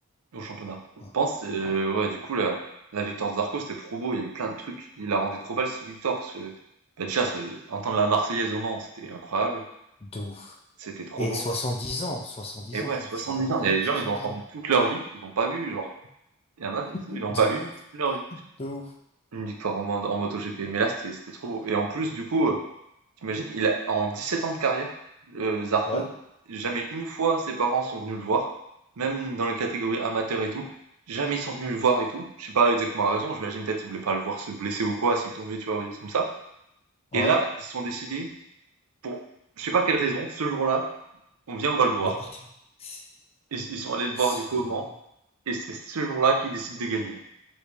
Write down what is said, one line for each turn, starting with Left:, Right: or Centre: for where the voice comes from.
Right: au championnat. Je
Left: ouais.
Right: pense, euh, ouais, du coup, la, la victoire de Zarco, c'était trop beau. Il y avait plein de trucs. Il la rendait trop belle, cette victoire, parce que, bah, déjà, ça- entendre la Marseillaise au Mans, c'était incroyable.
Left: De ouf.
Right: C'était trop
Left: Et
Right: beau.
Left: soixante-dix ans, 70
Right: Et ouais,
Left: ans, frère,
Right: 70
Left: c'est incroyable,
Right: ans, il y a des
Left: 70
Right: gens, ils ont entendu
Left: ans.
Right: toute leur vie, ils l'ont pas vu, genre. Il y en a,
Left: <laughs>
Right: ils l'ont pas
Left: De
Right: vu
Left: ouf,
Right: toute leur vie.
Left: de ouf.
Right: Une victoire en, en MotoGP. Mais là, c'était c'était trop beau. Et en plus, du coup, euh, t'imagines, il a, en 17 ans de carrière, le Zarco,
Left: Ouais,
Right: jamais une fois ses parents sont venus le voir, même dans les catégories amateurs et tout. Jamais ils sont venus le voir et tout. Je sais pas exactement la raison. J'imagine peut-être qu'ils voulaient pas le voir se blesser ou quoi, s'il tombait, tu vois, des trucs comme ça.
Left: ouais,
Right: Et là, ils se sont décidés, pour je sais pas quelle raison, ce jour-là, on vient, on va le voir.
Left: de partir. C'est
Right: Ils, ils sont allés le
Left: c'est
Right: voir du coup au
Left: ouf.
Right: Mans, et c'est ce jour-là qu'ils décident de gagner.